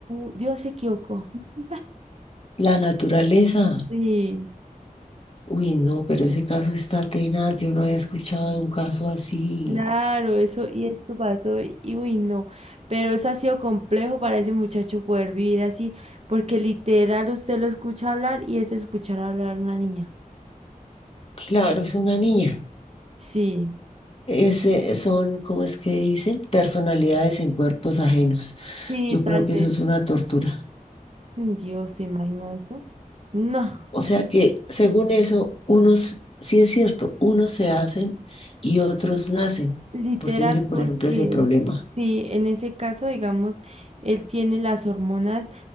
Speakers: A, on the right; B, on the left.
A: o Dios se equivocó. <laughs>
B: la naturaleza.
A: Sí.
B: Uy, no, pero ese caso está tenaz. Yo no había escuchado de un caso así.
A: Claro, eso y esto pasó y y uy, no, pero eso ha sido complejo para ese muchacho poder vivir así, porque literal usted lo escucha hablar y es escuchar hablar a una niña.
B: Claro, es una niña.
A: Sí,
B: Ese son, ¿cómo es que dicen? Personalidades en cuerpos ajenos.
A: sí,
B: Yo
A: tal
B: creo que
A: vez.
B: eso es una tortura.
A: Mm, Dios, ¿se imagina eso? No,
B: O sea que, según eso, unos, sí es cierto, unos se hacen y otros nacen.
A: literal,
B: Porque mire, por
A: porque
B: ejemplo, ese problema.
A: sí, en ese caso, digamos, él tiene las hormonas